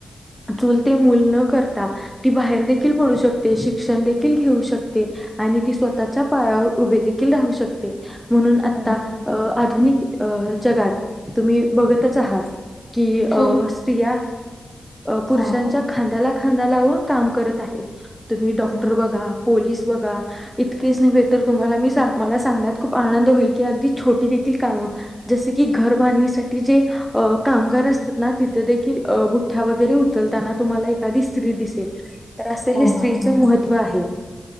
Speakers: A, in the centre; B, on the left.
A: चूल ते मूल न करता ती बाहेर देखील पडू शकते, शिक्षण देखील घेऊ शकते, आणि ती स्वतःच्या पायावर उभे देखील राहू शकते. म्हणून आता
B: हो मॅम
A: अं आधुनिक अं जगात तुम्ही बघतच आहात की अं
B: खूप
A: स्त्रिया अ पुरुषांच्या
B: हा खूप
A: खांद्याला खांंदा लावून काम करत आहे. तुम्ही डॉक्टर
B: हो
A: बघा, पोलीस बघा इतकेच नव्हे, तुम्हाला मी सांंग मला सांगण्यात खूप आनंद होईल की अगदी छोटी देखील कामं जस की घर वानी जे अं कामगार असतील ना तिथे देखिल अं बुठ्ठा वगैरे उचलताना तुम्हाला एखादी स्त्री दिसेल तर असं
B: हो
A: हे स्त्रीच
B: मॅम हो
A: महत्त्व आहे.